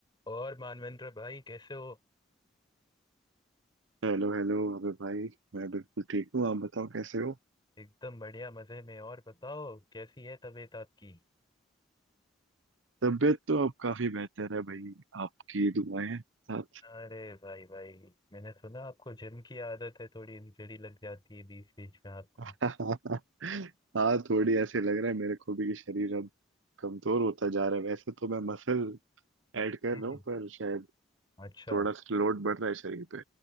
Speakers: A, on the left; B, on the right.
A: और मानवेंद्र भाई कैसे हो
B: Hello hello अबे भाई मैं बिल्कुल ठीक हूँ आप बताओ कैसे हो
A: एकदम बढ़िया मजे में और बताओ कैसी है तबीयत आपकी
B: तबीयत तो अब काफी बेहतर है भाई आपकी दुआएं हैं साथ
A: अरे भाई भाई मैंने सुना आपको जिम की आदत है थोड़ी इंजरी लग जाती है बीच बीच में आपको
B: <laughs> हाँ थोड़ी ऐसे लग रहा है मेरे को भी कि शरीर अब कमजोर होता जा रहा है वैसे तो मैं मसल ऐड कर
A: हम्म
B: रहा हूँ पर शायद
A: अच्छा
B: थोड़ा सा लोड बढ़ रहा है शरीर पे